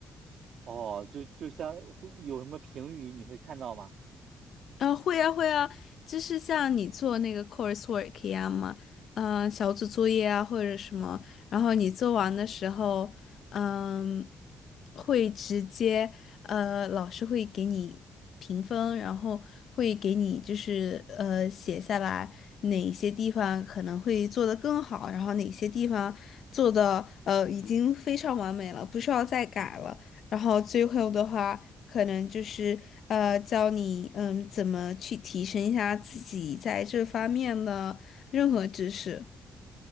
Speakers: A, on the right; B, on the left.
A: 哦，就就像会有什么评语你会看到吗？
B: 呃，会呀，会呀，就是像你做那个 coursework 一样嘛，嗯、小组作业啊或者什么，然后你做完的时候，嗯、会直接呃，老师会给你评分，然后会给你就是呃写下来哪些地方可能会做得更好，然后哪些地方做的呃已经非常完美了，不需要再改了。然后最后的话，可能就是呃，教你嗯怎么去提升一下自己在这方面的任何知识，